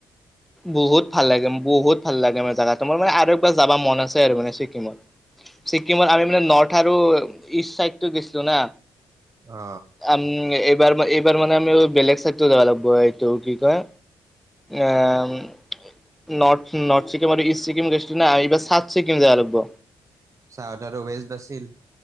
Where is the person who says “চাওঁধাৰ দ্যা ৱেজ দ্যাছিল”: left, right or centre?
Right